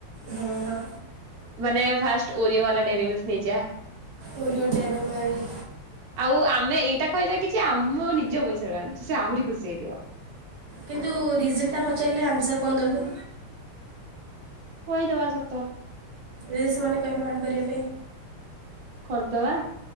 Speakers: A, on the right; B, on the right.
A: ହଁ ହଁ
B: ମାନେ ଫାଷ୍ଟ ଓରିଓ ବାଲା ଡେରି ମିଲ୍କ। ନିଜ
A: ଓରିଓ ଦେରୀମିଲକ
B: ଆଉ ଆମେ ଏଇଟା କହିବା କିଛି ଆମନି। ଆମ ନିଜ ପଇସାରୁ ଅନିଚେ ସେ ଆହୁରି ଖୁସି ହେଇଯିବ।
A: କିନ୍ତୁ ରିଜନଟା ପଚାରିଲେ ଆନ୍ସର କଣ ଦେବୁ।
B: କହି ଦବା ସତ।
A: ଯଦି ସେମାନେ କହିବାେ ଆଡ଼୍ କରିବା ପାଇଁ
B: କରିଦବା।